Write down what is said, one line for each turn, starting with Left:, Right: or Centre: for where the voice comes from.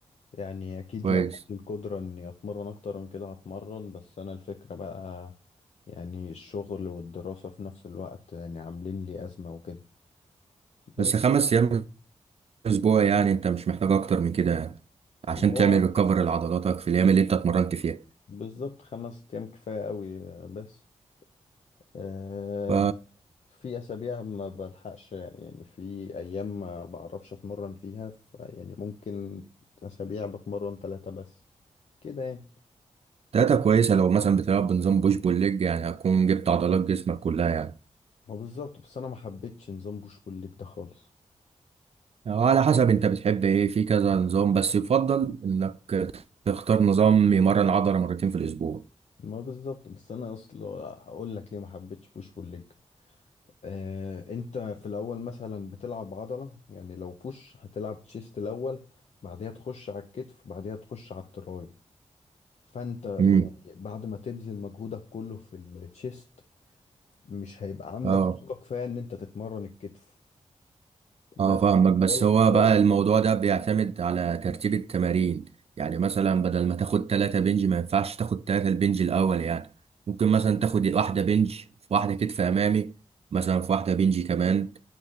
Left: يعني اكيد
Right: كويس
Left: لو عندي القدرة اني اتمرن اكتر من كده هتمرن بس انا الفكرة بقى يعني الشغل والدراسة في نفس الوقت يعني عاملين لي ازمة وكده بس
Right: بس خمس أيام اسبوع يعني انت مش محتاج اكتر من كده يعني عشان
Left: ان هو
Right: تعمل ريكفر لعضلاتك في الايام اللي انت اتمرنت فيها
Left: بالظبط خمس ايام كفاية قوي بس آه
Right: ف
Left: يعني في اسابيع ما بلحقش يعني في ايام ما بعرفش اتمرن فيها ف يعني ممكن اسابيع بتمرن ثلاثة بس كده يعني
Right: داتا كويسه لو مثلا بتلعب بنظام بوش بول ليج يعني هتكون جبت عضلات جسمك كلها يعني
Left: ما بالظبط بس انا ما حبيتش نظام بوش بول ليج ده خالص
Right: أو على حسب انت بتحب ايه في كذا نظام بس يفضل انك تختار نظام يمرن العضله مرتين في الاسبوع
Left: ما بالظبط بس انا اصلا هقول لك ليه ما حبيتش بوش بول ليج آه انت في الاول مثلا بتلعب عضله يعني لو بوش هتلعب تشيست الاول بعدها تخش على الكتف بعدها تخش على التراي فانت
Right: امم
Left: يعني بعد ما تبذل مجهودك كله في التشيست مش هيبقى عندك
Right: اه
Left: طاقه كفايه ان انت تتمرن الكتف
Right: اه
Left: بس
Right: فاهمك بس
Left: ولا
Right: هو
Left: التراي
Right: بقى الموضوع ده بيعتمد على ترتيب التمارين يعني مثلا بدل ما تاخد تلاتة بنج ما ينفعش تاخد تلاتة البنج الأول يعني ممكن مثلا تاخد واحدة بنج في واحدة كتف أمامي مثلا في واحدة بنج كمان